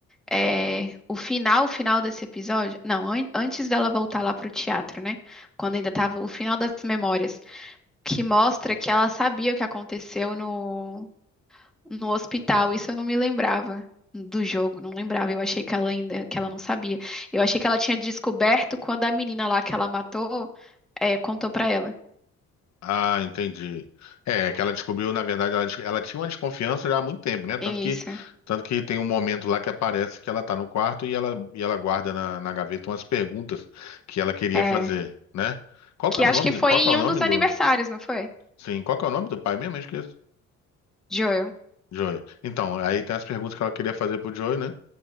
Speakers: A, in the centre; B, on the left (about 65°).
A: é, o final, o final desse episódio, não, an- antes dela voltar lá pro teatro, né? Quando ainda tava o final das memórias, que mostra que ela sabia o que aconteceu no, no hospital. Isso eu não me lembrava do jogo, não lembrava. Eu achei que ela ainda, que ela não sabia. Eu achei que ela tinha descoberto quando a menina lá que ela matou, é, contou pra ela.
B: Ah, entendi. É, é que ela descobriu, na verdade, ela, des- ela tinha uma desconfiança já há muito tempo, né? Tanto
A: Isso,
B: que, tanto que tem um momento lá que aparece que ela tá no quarto e ela, e ela guarda na, na gaveta umas perguntas que ela queria
A: é.
B: fazer, né? Qual
A: Que
B: que é o
A: acho
B: nome,
A: que foi
B: qual
A: em
B: que é o nome
A: um dos
B: do,
A: aniversários, não foi?
B: sim, qual que é o nome do pai mesmo? Eu esqueço.
A: Joel.
B: Joey. Então, aí tem as perguntas que ela queria fazer pro Joey, né?